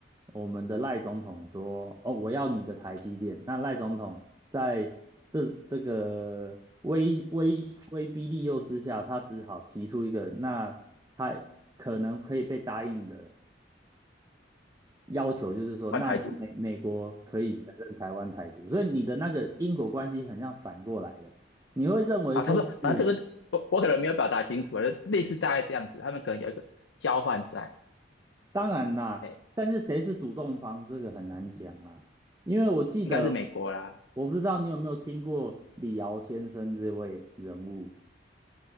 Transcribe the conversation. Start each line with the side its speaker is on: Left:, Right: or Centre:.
Right: 我们的赖总统说，哦，我要你的台积电。那赖总统在这这个威威威逼利诱之下，他只好提出一个，那他可能可以被答应的要求，就是说，
Left: 换台独
Right: 那你美美国可以承认台湾台独。所以你的那个因果关系很像反过来的，你会认为说是。
Left: 啊，差不多，反正这个我我可能没有表达清楚啊，类似大概这样子，他们可能有一个交换在，
Right: 当然啦，
Left: 哎，欸
Right: 但是谁是主动方，这个很难讲啊。因为我记得，
Left: 应该是美国啦，
Right: 我不知道你有没有听过李敖先生这位人物，